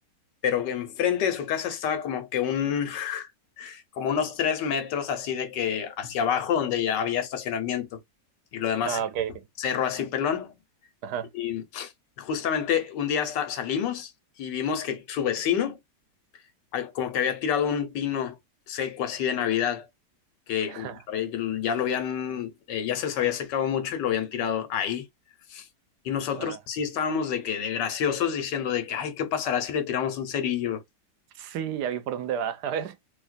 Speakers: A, on the left; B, on the right.
A: pero enfrente de su casa estaba como que un, como unos tres metros así de que hacia abajo donde ya había estacionamiento y lo demás
B: ah, ok, ok.
A: cerro así pelón.
B: ajá,
A: Y justamente un día hasta salimos y vimos que su vecino ah, como que había tirado un pino seco así de Navidad que
B: <laughs>
A: ya lo habían, eh, ya se les había secado mucho y lo habían tirado ahí. Y nosotros
B: ajá,
A: sí estábamos de que de graciosos diciendo de que, ay, ¿qué pasará si le tiramos un cerillo?
B: sí, ya vi por dónde va, <laughs> a ver,